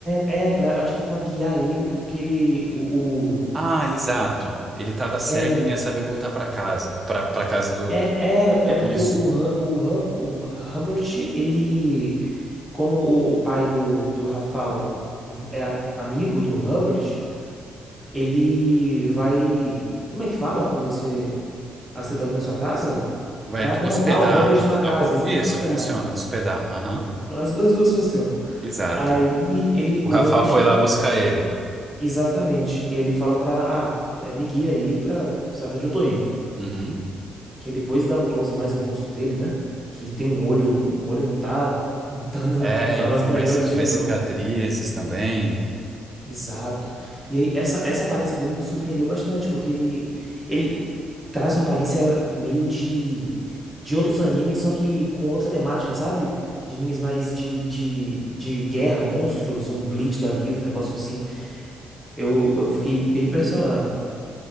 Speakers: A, in the centre; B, on the right.
A: é, é pra, acho que é pra guiar ele porque ele o, o-
B: Ah, exato. Ele tava cego
A: é
B: e não ia saber voltar pra casa, Pra para casa do.
A: é, é, é porque
B: Isso.
A: o, o, Hu- o, Hub, o Hubbard, ele, como o, o pai do, do Rafael v- é a- amigo do Hubbard, ele vai. Como é que fala quando você aceita alguém na sua casa?
B: Vai
A: Vai acomodar
B: hospedar.
A: o Hubbard
B: O-
A: na casa,
B: a co- Isso,
A: isso, hospedar.
B: funciona, hospedar. Aham.
A: As duas, as duas funcionam.
B: Exato.
A: Aí ele,
B: O
A: o
B: Rafal
A: Hubbard.
B: foi lá buscar ele.
A: Exatamente. E ele fala pra, ah, é, me guia aí pra saber onde eu tô indo.
B: Uhum.
A: Que aí depois dá um close mais no rosto dele, né? Que ele tem um olho, um olho não tá, <laughs> não tá, na-
B: É,
A: não tá
B: ele
A: nas
B: tem
A: melhores
B: umas, ci- umas
A: dias, não.
B: cicatrizes também.
A: Exato. E aí essa, essa aparência dele me surpreendeu bastante, porque ele, ele traz uma aparência meio de, de outros animes, só que com outra temática, sabe? De animes mais de, de, de guerra, monstros, um Bleach da vida, um negócio assim. Eu, eu fiquei bem impressionado.